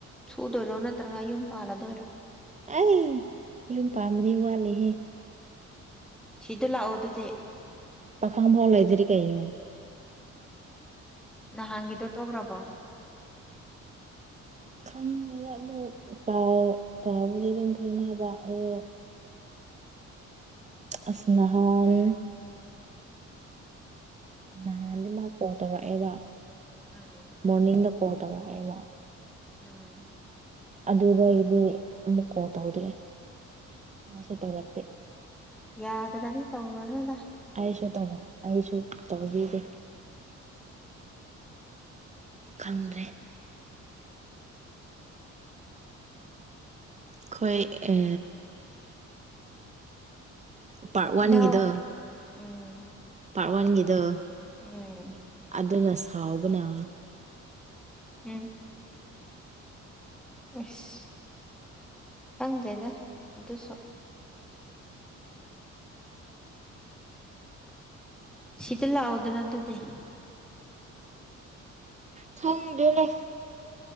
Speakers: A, in the centre; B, on the right.
A: ꯁꯨꯗꯣꯏꯔꯣ ꯅꯠꯇ꯭ꯔꯒ ꯌꯨꯝ ꯄꯥꯜꯂꯥ ꯗꯣꯏꯔꯣ
B: ꯑꯩ ꯌꯨꯝ ꯄꯥꯝꯕꯗꯤ ꯋꯥꯠꯂꯤꯍꯦ
A: ꯁꯤꯗ ꯂꯥꯛꯑꯣꯗꯨꯗꯤ
B: ꯄꯥꯈꯪ ꯑꯃꯐꯥꯎ ꯂꯩꯥꯏꯇꯔꯤ ꯀꯩꯅꯣ
A: ꯅꯍꯥꯟꯒꯤꯗꯣ ꯇꯣꯛꯈ꯭ꯔꯕꯣ
B: ꯈꯪꯗꯦꯗꯥ ꯑꯗꯨ ꯄꯥꯎ ꯄꯥꯎꯕꯨꯗꯤ ꯑꯗꯨꯝ ꯐꯥꯎꯅꯕ ꯑꯗꯣ ꯑꯁ ꯅꯍꯥꯟ ꯅꯍꯥꯟꯗꯤ ꯃꯥ ꯀꯣꯜ ꯇꯧꯔꯛꯑꯦꯕ
A: ꯎꯝ
B: ꯃꯣꯔꯅꯤꯡꯗ ꯍꯣꯇ ꯉꯑꯕ
A: ꯎꯝ
B: ꯑꯗꯨꯗꯒꯤꯗꯤ ꯑꯃꯨꯛ ꯀꯣ ꯇꯧꯗ꯭ꯔꯦ ꯃꯥꯁꯨ ꯇꯧꯔꯛꯇꯦ
A: ꯌꯥꯗ꯭ꯔꯗꯤ ꯇꯧꯔꯣꯅꯗ
B: ꯑꯩꯁꯨ ꯇꯧꯕ ꯑꯩꯁꯨ ꯇꯧꯈꯤꯗꯦ ꯈꯪꯗ꯭ꯔꯦ ꯈꯣꯏ ꯑ ꯄ ꯋꯥꯟꯒꯤꯗꯣ
A: ꯏꯅꯥꯎ ꯎꯝ
B: ꯀꯥ ꯋꯥꯟꯒꯗꯔ
A: ꯎꯝ
B: ꯑꯗꯨꯗꯅ ꯁꯥꯎꯕꯅ
A: ꯎꯝ ꯑꯁ ꯈꯪꯗꯦꯗ ꯑꯗꯨꯁꯨ ꯁꯤꯇꯂ ꯑꯣꯗꯅꯗꯗꯤ
B: ꯊꯪꯗꯅꯦ